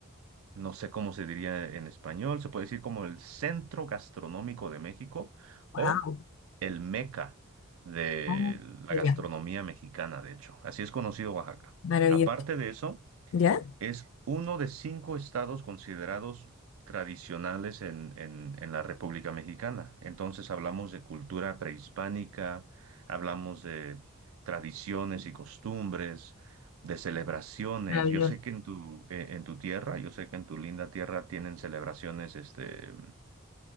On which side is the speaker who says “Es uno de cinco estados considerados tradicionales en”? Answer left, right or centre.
Right